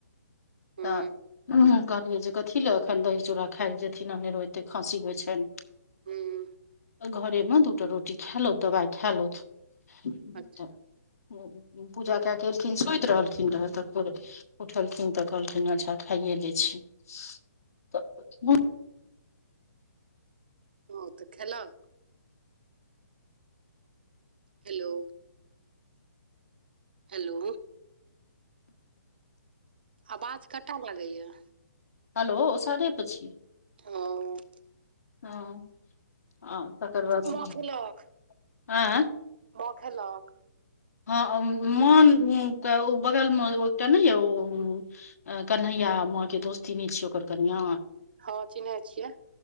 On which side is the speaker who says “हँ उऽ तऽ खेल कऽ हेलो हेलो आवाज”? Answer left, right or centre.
Right